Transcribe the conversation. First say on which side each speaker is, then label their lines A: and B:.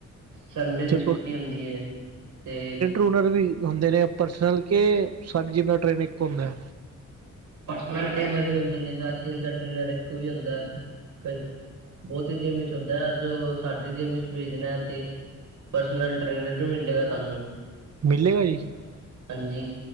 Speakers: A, on the right; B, on the right.
A: ਸੰਡੇ ਦੀ
B: ਤੇ
A: ਛੁੱਟੀ ਹੁੰਦੀ ਏ ਤੇ
B: ਔਨਾ ਨੂੰ ਵੀ ਹੁੰਦੇ ਨੇ ਪਰਸਨਲ ਕੇ ਸਾਡੀ ਜਿੰਮ ਦਾ ਟ੍ਰੇਨਰ ਇੱਕੋ ਹੁੰਦੈ।
A: ਪਰਨਲ ਟ੍ਰੇਨਰ ਵੀ ਹੁੰਦੇ ਨੇ ਸਾਰੇ ਜਿੰਮ ਦਾ ਟ੍ਰੇਨਰ ਇੱਕੋ ਵੀ ਹੁੰਦੈ ਕਈ ਬਹੁਤੀ ਜਿੰਮ ਇੱਚ ਹੁੰਦੈ ਔਰ ਜੋਬ ਸਾਡੀ ਜਿਮ ਇੱਚ ਭੇਜਨੈ ਤੇ ਪਰਸਨਲ ਟ੍ਰੇਨਰ ਨੀ ਮਿਲ ਜੇਗਾ ਤੁਾਨੂੰ।
B: ਮਿਲੇਗਾ ਜੀ
A: ਹਾਂਜੀ।